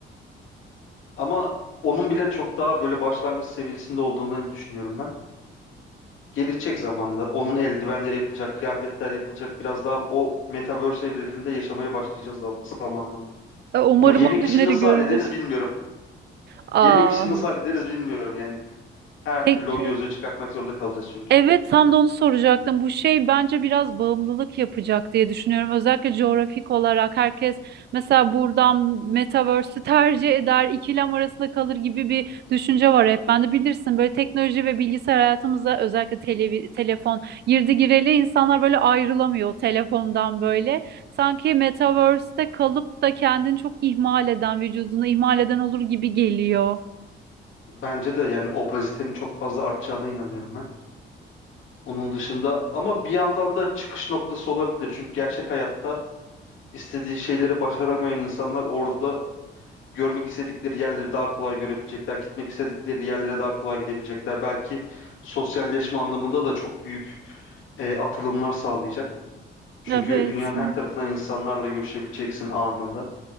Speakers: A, on the left; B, on the right.
A: ama onun bile çok daha böyle başlangıç seviyesinde olduğunu düşünüyorum ben. gelecek zamanla onun eldivenleri yapılacak, kıyafetler yapılacak. Biraz daha o metaverse evreninde yaşamaya başlayacağız zam- zamanla.
B: E, Umarım
A: Ama yemek
B: o günleri
A: işini nasıl
B: görürüz.
A: hallederiz bilmiyorum.
B: Aa,
A: Yemek işini nasıl hallederiz bilmiyorum yani. Her
B: <laughs>
A: türlü
B: peki.
A: o gözlüğü çıkartmak zorunda kalacağız çünkü.
B: Evet, tam da onu soracaktım. Bu şey bence biraz bağımlılık yapacak diye düşünüyorum. Özellikle coğrafik olarak herkes mesela buradan Metaverse'ü tercih eder, ikilem arasında kalır gibi bir düşünce var hep. Ben de bilirsin böyle teknoloji ve bilgisayar hayatımıza özellikle televi- telefon girdi gireli insanlar böyle ayrılamıyor telefondan böyle. Sanki Metaverse'te kalıp da kendini çok ihmal eden, vücudunu ihmal eden olur gibi geliyor.
A: Bence de yani obezitenin çok fazla artacağına inanıyorum ben. Onun dışında ama bir yandan da çıkış noktası olabilir. Çünkü gerçek hayatta istediği şeyleri başaramayan insanlar orada görmek istedikleri yerleri daha kolay görebilecekler, gitmek istedikleri yerlere daha kolay gidebilecekler. Belki sosyalleşme anlamında da çok büyük e, atılımlar sağlayacak. Çünkü
B: Evet.
A: dünyanın her tarafından insanlarla görüşebileceksin anında.